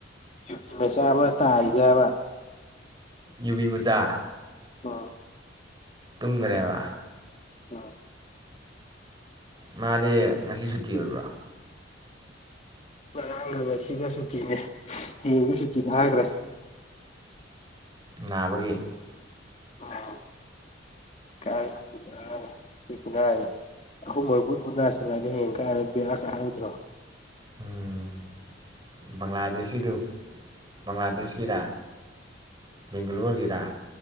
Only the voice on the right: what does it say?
ꯌꯨꯕꯤꯃꯆꯥ
ꯇꯨꯡꯒꯔꯦꯕ
ꯃꯥꯗꯤ ꯉꯁꯤ ꯁꯨꯇꯤ ꯑꯣꯏꯕ꯭ꯔꯣ
ꯅꯥꯕꯒꯤ
ꯎꯝ ꯕꯪꯂꯥꯗꯦꯁꯀꯤꯗꯨ ꯕꯪꯂꯥꯗꯦꯁꯀꯤꯔꯥ ꯕꯦꯡꯒ꯭ꯂꯣꯔꯒꯤꯔꯥ